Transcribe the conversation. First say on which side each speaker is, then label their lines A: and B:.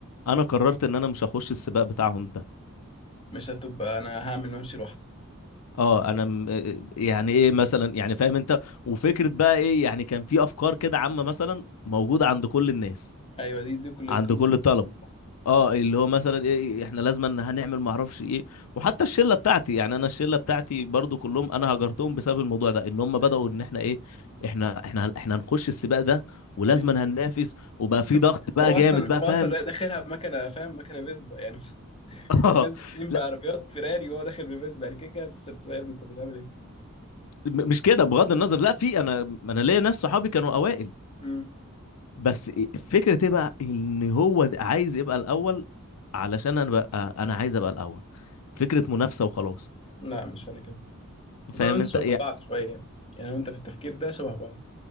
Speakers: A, on the left (about 80°); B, on the left (about 25°).
A: انا قررت ان انا مش هخش السباق بتاعهم ده
B: مش هتبقى انا هعمل وامشي لوحدي
A: اه انا م... آه، آه، يعني ايه مثلا يعني فاهم انت وفكره بقى ايه يعني كان في افكار كده عامه مثلا موجوده عند كل الناس
B: ايوه دي دي كليتكم
A: عند كل
B: ودي
A: الطلبه
B: كليتكم
A: اه اللي هو مثلا ايه إيه، احنا لازم ان هنعمل ما اعرفش ايه وحتى الشله بتاعتي يعني انا الشله بتاعتي برضو كلهم انا هجرتهم بسبب الموضوع ده ان هم بداوا
B: ايوه
A: ان احنا ايه احنا احنا احنا هنخش السباق ده ولازم
B: ايوه
A: إن هننافس وبقى في ضغط
B: <laughs>
A: بقى
B: هو
A: جامد
B: اصلا
A: بقى
B: هو
A: فاهم
B: اصلا داخلها بمكنه فاهم مكنه فيسبا يعني <laughs>
A: <laughs>
B: في ناس داخلين
A: لا
B: بعربيات فيراري وهو داخل بفيسبا يعني كده كده هتخسر السباق يا ابني انت بتعمل
A: م- مش كده بغض النظر لا في انا انا ليا ناس صحابي كانوا اوائل
B: ايه؟
A: بس إيه- فكره ايه بقى ان هو ده عايز يبقى الاول علشان انا بقى انا عايز ابقى الاول فكره منافسه وخلاص
B: لا مش انا كده بس
A: فاهم
B: انا وانت
A: انت
B: شبه بعض شويه يعني وانت في التفكير ده شبه بعض